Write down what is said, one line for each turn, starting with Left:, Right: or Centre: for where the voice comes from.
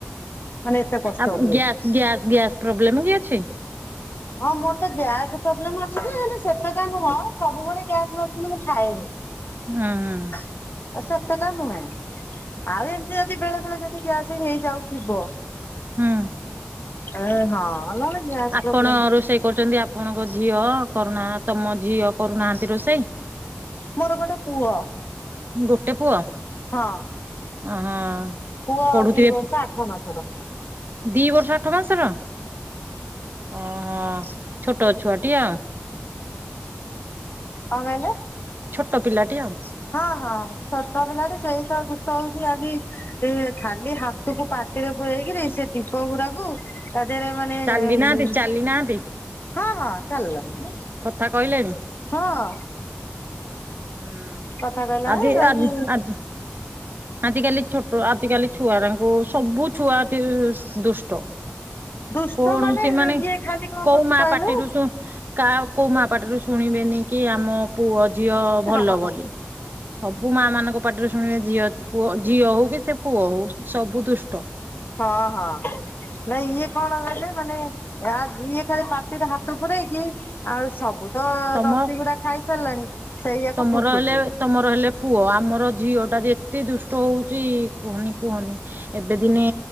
Left: ମାନେ ଏତେ କଷ୍ଟ
Right: ଆ ଗ୍ୟା
Left: ହୁଏ।
Right: ଗ୍ୟାସ୍ ଗ୍ୟାସ୍ ପ୍ରୋବ୍ଲେମ କି ଅଛି?
Left: ହଁ ମୋର ତ ଗ୍ୟାସ୍ ପ୍ରୋବ୍ଲେମ୍ ଅଛି ଯେ ହେଲେ ସେତେଟା ନୁହଁ ସବୁବେଳେ ଗ୍ୟାସ୍ ମେଡିସିନ ମୁଁ ଖାଏନି।
Right: ହୁଁ ଉଁ-ଉଁ।
Left: ଆ ସେତେଟା ନୁହେଁ ଆଉ ଏମିତି ଯଦି ବେଳେବେେଳେ ଯଦି ଗ୍ୟାସ ହେଇ ଯାଉଥିବ
Right: ହୁଁ
Left: ଏ ହଁଅ-ଅ ଆଉ ନହେଲେ ଗ୍ୟାସ
Right: ଆପଣ
Left: ପ୍ରୋବ୍ଲେମ୍ <inaudible>
Right: ରୋଷେଇ କରୁଛନ୍ତି ଆପ୍ ଆପଣଙ୍କ ଝିଅ କରୁନା ତମ ଝିଅ କରୁନାହାନ୍ତି ରୋଷେଇ?
Left: ମୋର ଗୋଟେ ପୁଅ।
Right: ଗୋଟେ ପୁଅ?
Left: ହଁ।
Right: ଅଁ ହଁ
Left: ପୁଅ
Right: ପଢୁଥିବ୍
Left: ଦି ବର୍ଷ ଆଠ ମାସର ହଁ
Right: ଦି ବର୍ଷ ଆଠ ମାସର? ଓହୋଃ ଛୋଟ ଛୁଆଟି ଆଉ।
Left: କଣ କହିଲେ?
Right: ଛୋଟ ପିଲାଟି ଆଉ।
Left: ହଁ-ହଁ, ଛୋଟ ପିଲାଟି ସେଇତ ଦୁଷ୍ଟ ହେଉଛି ଆଜି ସେ ଖାଲି ହାତକୁ ପାଟିରେ ପୁରେଇକିରି ସେ ଟିପଗୁରାକୁ ତା ଦିହରେ ମାନେ-ଏ-ଏ-ଏ
Right: ଚାଲି
Left: ଉଁ
Right: ନାହାନ୍ତି ଚାଲି ନାହାନ୍ତି
Left: ହଁ-ହଁ ଚାଲିଲାଣି।
Right: କଥା କହିଲେଣି?
Left: ହଁ।
Right: ହୁଁ-ଉଁ-ଉଁ
Left: କଥା କହିଲା
Right: ଆଜି
Left: ଯାଇକି
Right: ଆଜି ଆଜି ଆଜକାଲି ଛୋଟ ଆଜିକାଲି ଛୁଆରାଙ୍କୁ ସବୁ ଛୁଆ କି ଦୁଷ୍ଟ।
Left: ଦୁଷ୍ଟ
Right: କଣ
Left: ମାନେ
Right: ସେମାନେ
Left: ଇଏ ଖାଲି କଣ
Right: କୋଉ
Left: କରୁଛି
Right: ମାଆ
Left: କହିଲେ
Right: ପାଟିରୁ ଶୁ କା କୋଉ ମାଆ ପାଟିରୁ ଶୁଣିବେନି କି ଆମ ପୁଅ ଝିଅ ଭଲ
Left: ହଁ ହଁ
Right: ବୋଲି, ସବୁ ମାଆ ମାନଙ୍କ ପାଟିରୁ ଶୁଣିବେ ଝିଅ ପୁଅ ଝିଅ ହଉ କି ସେ ପୁଅ ହଉ ସବୁ ଦୁଷ୍ଟ।
Left: ହଁଅ-ହଁଅ। ନାଇଁ
Right: ହୁଁ।
Left: ଇଏ କଣ କହିଲେ ମାନେ ଆ ଇଏ ଖାଲି ପାଟିରେ ହାତ ପୁରେଇକି ଆଉ ସବୁ ତ
Right: ତମ
Left: ଦଶି ଗୁଡା ଖାଇ ସାରିଲାଣି ସେଇଆାକୁ
Right: ତମର
Left: ଠୁଙ୍କୁଛି।
Right: ହେଲେ ତମର ହେଲେ ପୁଅ ଆମର ଝିଅଟା ଯେତେ ଦୁଷ୍ଟ ହଉଛି କୁହନି-କୁହନି। ଏବେ ଦିନେ